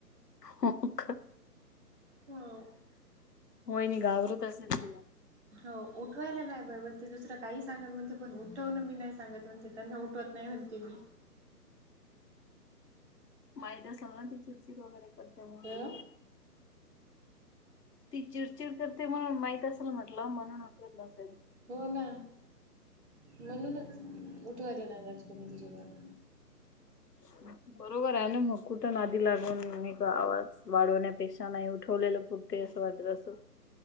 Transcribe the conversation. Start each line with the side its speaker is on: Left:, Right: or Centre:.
Left: हो का.
Right: हो.
Left: होय नाही घाबरत असेल तिला.
Right: हो उठवायला नाही बाय म्हणते, दुसरं काही सांगत म्हणते पण उठवण मी नाही सांगत म्हणते त्यांना उ टवत नाही म्हणते मी
Left: माहित असल ना ती चिडचिड वगैरे करते म्हणून
Right: अ
Left: ती चिडचिड करते म्हणून माहित असेल, म्हटलं म्हणून उठवत नसेल.
Right: हो ना, म्हणूनच उठवायलं नाय जातं कोणी तिच्या जवळ <inaudible>
Left: <inaudible> बरोबर आहे ना, मग कुठं नांदी लागून मी आवाज वाढवण्यापेक्षा नाही उठवलेल ते असं वाटत असल.